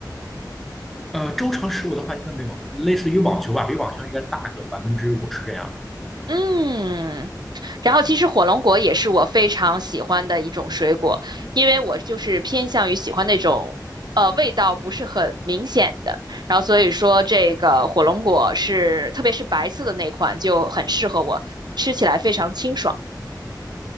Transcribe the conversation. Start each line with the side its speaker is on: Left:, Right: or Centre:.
Centre: 呃，周长十五的话应该没有，类似于网球吧，比网球应该大个百分之五十这样。
Right: 嗯，然后其实火龙果也是我非常喜欢的一种水果，因为我就是偏向于喜欢那种呃味道不是很明显的，然后所以说这个火龙果是特别是白色的那款就很适合我，吃起来非常清爽